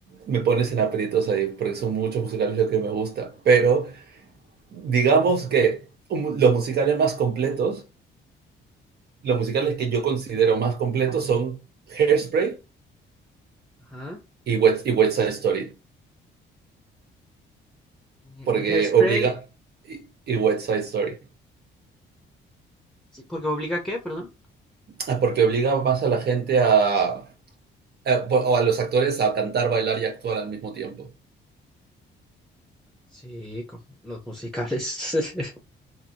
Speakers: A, on the right; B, in the centre.
A: me pones en aprietos ahí, porque son muchos musicales lo que me gusta, pero digamos que un- los musicales más completos, los musicales que yo considero más completos son Hairspray
B: Ajá.
A: y West, y West Side Story,
B: Mm,
A: porque
B: un Hairspray,
A: obliga, y, y West Side Story,
B: sí, porque obliga a qué, perdón.
A: Ah, porque obliga más a la gente a, a- o a los actores a cantar, bailar y actuar al mismo tiempo.
B: Sí, co- los musicales <laughs>